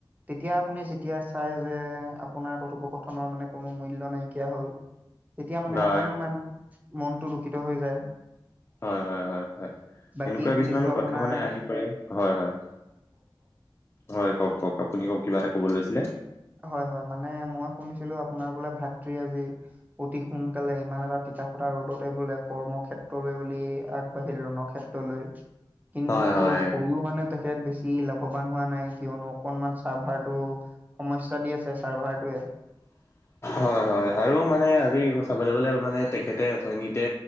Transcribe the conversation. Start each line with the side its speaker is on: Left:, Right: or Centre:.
Right: তেতিয়া আপুনি যেতিয়া চাই যে আপোনাৰ কথোপকথনৰ মানে কোনো মূল্য নাইকীয়া হ'ল। তেতিয়া মানে
Left: বা
Right: অকনমান মনতো দূষিত হৈ যায়।
Left: হয়, হয়, হয়, হয়
Right: বাকী
Left: এনেকুৱা
Right: শুনিছো
Left: কিছুমানে
Right: আপোনাৰ
Left: কথা মানে আহি পৰে হয় হয়। হয় কওঁক কওঁক আপুনিও কিবা এটা ক'বলে লৈছিলে।
Right: হয় হয় মানে মই শুনিছিলোঁ আপোনাৰ বোলে ভাতৃ আজি। অতি সোনকালে ইমান এটা টিকা ফটা ৰ'দতে বোলে কৰ্ম ক্ষেত্ৰলৈ বুলি আগবাঢ়িল ৰনক। ক্ষেত্ৰলৈ কিন্তু
Left: হয় হয়
Right: গৈয়ো মানে। তেখেত বেছি লাভৱান হোৱা নাই কিয়নো অকনমান চাৰ্ভাৰটো। সমস্যা দি আছে চাৰ্ভাৰটোৱে।
Left: হয় হয় আৰু মানে আজি চাবলৈ গ'লে মানে তেখেতে অথনিতে।